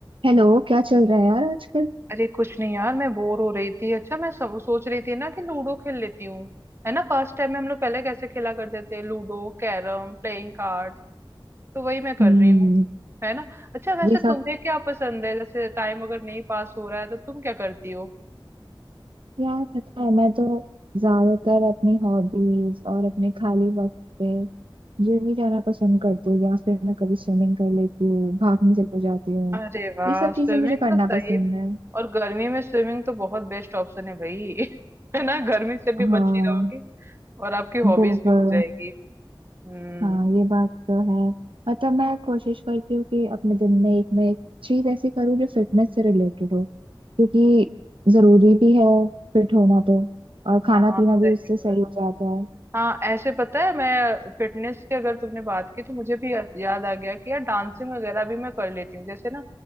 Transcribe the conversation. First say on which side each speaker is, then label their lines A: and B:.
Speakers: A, on the right; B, on the right.
A: Hello क्या चल रहा है यार आजकल
B: अरे कुछ नहीं यार मैं बोर हो रही थी अच्छा मैं सो, सोच रही थी ना कि लूडो खेल लेती हूँ है ना पास्ट टाइम में हम लोग पहले कैसे खेला करते थे लूडो कैरम प्लेइंग कार्ड तो वही मैं कर
A: हम्म
B: रही हूँ है ना अच्छा वैसे
A: ये सब
B: तुम्हें क्या पसंद है जैसे टाइम अगर नहीं पास हो रहा है तो तुम क्या करती हो
A: यार पता है मैं तो ज्यादातर अपनी हॉबीज और अपने खाली वक्त पे जिम ही जाना पसंद करती हूँ या फिर मैं कभी स्विमिंग कर लेती हूँ भागने चले जाती हूँ
B: अरे वाह
A: ये सब
B: स्विमिंग
A: चीजें मुझे करना
B: तो सही
A: पसंद है
B: और गर्मी में स्विमिंग तो बहुत बेस्ट ऑप्शन है भाई <laughs> है ना गर्मी से भी
A: हाँ
B: बची रहोगी और आपकी हॉबीज
A: बिल्कुल
B: भी हो जाएगी हम्म
A: हाँ ये बात तो है मतलब मैं कोशिश करती हूँ कि अपने दिन में एक ना एक चीज ऐसी करूँ जो फिटनेस से रिलेटेड हो क्योंकि जरूरी भी है फिट होना तो और खाना
B: हाँ
A: पीना भी
B: सही
A: उससे
B: बात
A: सही हो जाता है
B: हाँ ऐसे पता है मैं फिटनेस की अगर तुमने बात की तो मुझे भी या- याद आ गया कि यार डांसिंग वगैरह भी मैं कर लेती हूँ जैसे ना